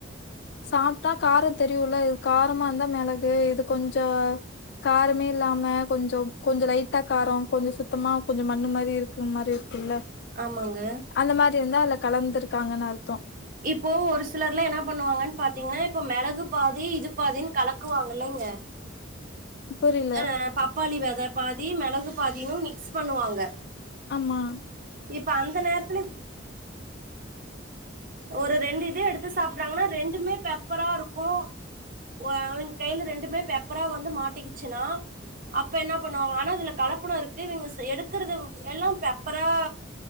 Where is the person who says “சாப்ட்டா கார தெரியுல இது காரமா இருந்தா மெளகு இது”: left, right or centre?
Left